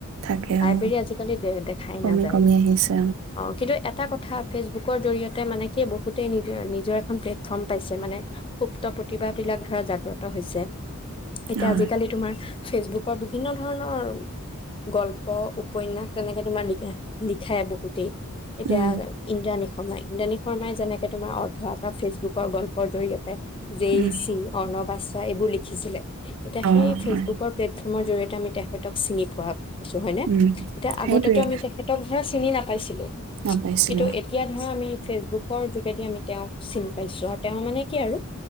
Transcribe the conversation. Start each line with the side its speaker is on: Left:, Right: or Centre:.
Right: থাকে
Left: লাইব্ৰেৰী
Right: অ
Left: আজিকালি দে দেখাই
Right: কমি
Left: নাযায়।
Right: কমি আহিছে
Left: অ কিন্তু এটা কথা ফেচবুকৰ জৰিয়তে মানে কি বহুতেই নিজৰ ইমেজ নিজৰ এখন প্লেটফৰ্ম পাইছে মানে সুপ্ত প্ৰতিভাবিলাক ধৰা জাগ্ৰত হৈছে এতিয়া
Right: হয়
Left: আজিকালি তোমাৰ ফেচবুকৰ বিভিন্ন ধৰণৰ গল্প উপন্যাস তেনেকে তোমাৰ লিখা লিখায় বহুতেই এতিয়া
Right: উম
Left: ইন্দ্ৰাণী শৰ্মা ইন্দ্ৰাণী শৰ্মাই যেনেকে তোমাৰ অৰ্ধ এটা ফেচবুক গল্পৰ জৰিয়তে জেইচি
Right: উম
Left: অৰ্ণবাস এইবোৰ লিখিছিলে এতিয়া
Right: অ
Left: সেই ফেচবুকৰ
Right: হয়
Left: প্লেটফৰ্ম অসমৰ জৰিয়তে আমি তেখেতক চিনি পোৱা হয় ন
Right: উম
Left: এতিয়া আগতেটো
Right: সেইটোৱে
Left: আমি তেখেতক ধৰা চিনি নাপাইছিলো।
Right: নাপাইছিলো
Left: কিন্তু এতিয়া ধৰা আমি ফেচবুকৰ যোগেদি আমি তেওঁক চিনি পাইছো আৰু তেওঁ মানে কি আৰু